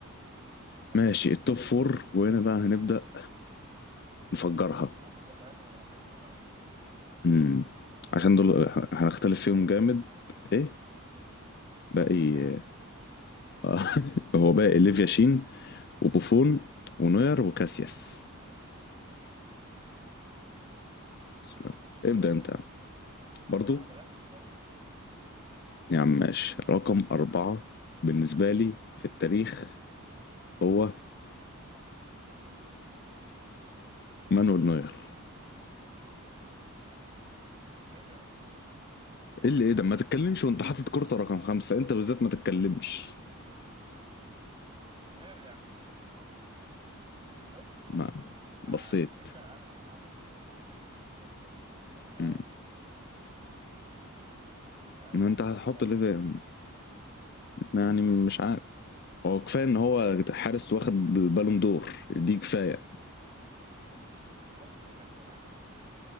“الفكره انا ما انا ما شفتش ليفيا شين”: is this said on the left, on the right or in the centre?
Right